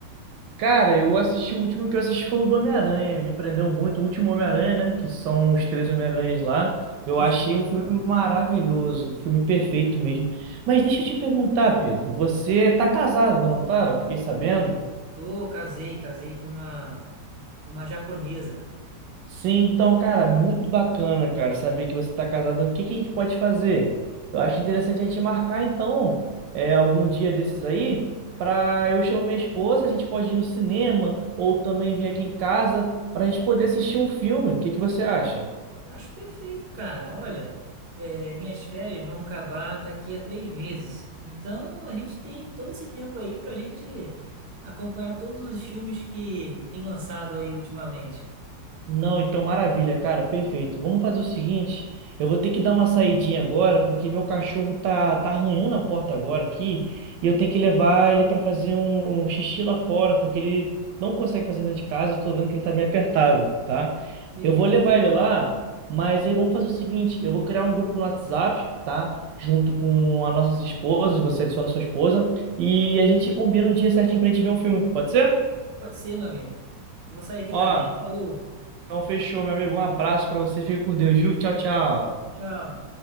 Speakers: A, on the right; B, on the right.
A: Cara, eu assisti, o último que eu assisti foi o do Homem-Aranha, me prendeu muito, o último Homem-Aranha, né, que são os três Homem-Aranhas lá, eu
B: Que
A: achei
B: filme
A: um
B: legal.
A: filme maravilhoso, um filme perfeito mesmo. Mas deixa eu te perguntar, Pedro, você tá casado, não tá? Eu fiquei sabendo.
B: Tô, casei, casei com uma, com uma japonesa.
A: Sim, então, cara, muito bacana, cara, saber que você está casado. O que que a gente pode fazer? Eu acho interessante a gente marcar, então, é, algum dia desses aí, para eu chamar minha esposa, a gente pode ir no cinema ou também vir aqui em casa para a gente poder assistir um filme. O que que você acha?
B: Eu acho perfeito, cara. Olha, eh, minhas férias vão acabar daqui a três meses. Então a gente tem todo esse tempo aí pra gente acompanhar todos os filmes que tem lançado aí ultimamente.
A: Não, então maravilha, cara, perfeito. Vamos fazer o seguinte, eu vou ter que dar uma saidinha agora, porque meu cachorro tá, tá arranhando a porta agora aqui, e eu tenho que levar ele para fazer um, um xixi lá fora, porque ele não consegue fazer dentro de casa, eu tô vendo que ele tá bem apertado, tá?
B: Beleza.
A: Eu vou levar ele lá, mas aí vamos fazer o seguinte, eu vou criar um grupo no WhatsApp, tá? Junto com as nossas esposas, você adiciona a sua esposa, e a gente combina um dia certinho pra gente ver um filme, pode ser?
B: Pode ser, meu amigo. Vou sair aqui
A: Ó,
B: também. Falou.
A: então, fechou, meu amigo. Um abraço pra você. Fica com Deus, viu? Tchau, tchau.
B: Tchau.